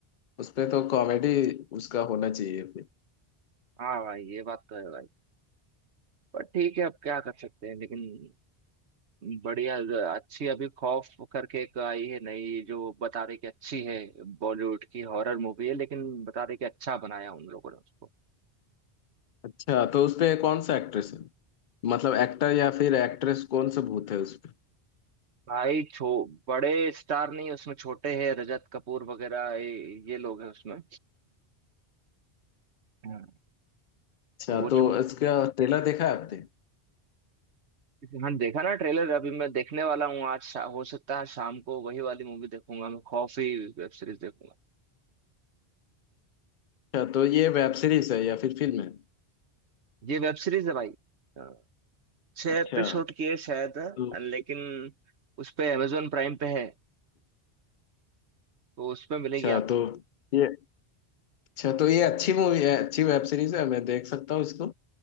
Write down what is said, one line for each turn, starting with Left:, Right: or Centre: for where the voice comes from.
Left: उस पे तो कॉमेडी उसका होना चाहिए फिर
Right: हाँ भाई ये बात तो है भाई पर ठीक है अब क्या कर सकते हैं लेकिन बढ़िया अच्छी अभी खौफ करके एक आई है नई जो बता रही कि अच्छी है बॉलीवुड की हॉरर मूवी है लेकिन बता रही कि अच्छा बनाया उन लोगों ने उसको
Left: अच्छा तो उस पे कौन सा एक्ट्रेस है मतलब एक्टर या फिर एक्ट्रेस कौन सा भूत है उस पे
Right: भाई छो बड़े स्टार नहीं उसमें छोटे हैं रजत कपूर वगैरह ये, ये लोग हैं उसमें हाँ,
Left: अच्छा
Right: वो
Left: तो
Right: छोड़
Left: इसका ट्रेलर देखा है आपने
Right: हाँ देखा ना ट्रेलर अभी मैं देखने वाला हूँ आज शा, हो सकता है शाम को वही वाली मूवी देखूंगा मैं खौफ ही वेब सीरीज देखूंगा
Left: अच्छा तो ये वेब सीरीज है या फिर फिल्म है
Right: ये वेब सीरीज है भाई अ, छह
Left: अच्छा
Right: एपिसोड की है शायद
Left: तो
Right: लेकिन उस पे अमेजोन प्राइम पे है तो उसमें मिलेगी
Left: अच्छा
Right: आपको
Left: तो ये अच्छा तो ये अच्छी मूवी है अच्छी वेब सीरीज है मैं देख सकता हूँ इसको